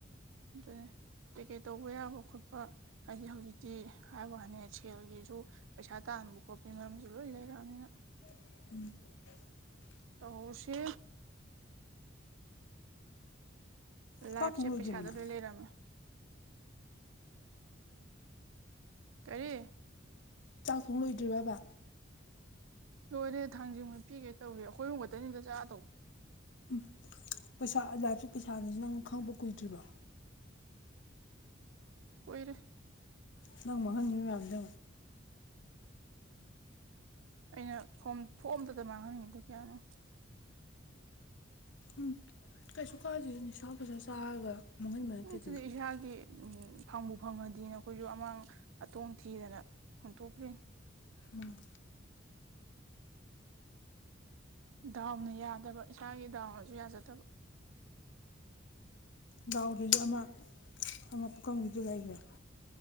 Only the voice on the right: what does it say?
ꯑꯗꯨꯅꯤ ꯀꯩꯀꯩ ꯇꯧꯕ ꯌꯥꯕ ꯈꯣꯠꯄ ꯍꯥꯏꯗꯤ ꯍꯧꯖꯤꯛꯇꯤ ꯍꯥꯏꯕ ꯋꯥꯅꯦ ꯁꯦꯜꯒꯤ ꯨ ꯄꯩꯁꯥ ꯇꯥꯟꯕ ꯈꯣꯠꯄꯒꯤ ꯃꯔꯝꯁꯨ ꯂꯣꯏ ꯂꯩꯔꯛꯑꯅꯤꯅ
ꯇꯧ ꯁꯤ ꯂꯥꯏꯞꯁꯦ
ꯄꯩꯁꯥꯗꯣ
ꯂꯣꯏ ꯂꯩꯔꯝꯃꯦ ꯀꯔꯤ
ꯂꯣꯏꯔꯦ ꯊꯥꯡꯖꯤꯡ ꯃꯣꯏ ꯄꯤꯒꯦ ꯇꯧꯔꯤ ꯑꯩꯈꯣꯏ ꯑꯃ ꯈꯛꯇꯅꯤꯗ ꯆꯥꯗꯧꯕ
ꯑꯣꯏꯏꯔ
ꯑꯩꯅ ꯐꯣꯝ ꯐꯣꯝ ꯑꯝꯇꯗ ꯃꯥꯡꯍꯟꯅꯤꯡꯉꯤꯗꯨ ꯀꯌꯥꯅꯣ
ꯁꯤꯗꯤ ꯏꯁꯥꯒꯤ ꯎ ꯐꯥꯡꯃ ꯐꯪꯉꯗꯤꯅ ꯑꯩꯈꯣꯏꯁꯨ ꯑꯃꯥꯡ ꯑꯇꯣꯡ ꯊꯤꯗꯅ ꯍꯨꯟꯇꯣꯛꯈꯔ꯭ꯦ
ꯗꯥꯎꯅ ꯌꯥꯗꯕ ꯏꯁꯥꯒꯤ ꯗꯥꯎꯅꯁꯨ ꯌꯥꯖꯗꯕ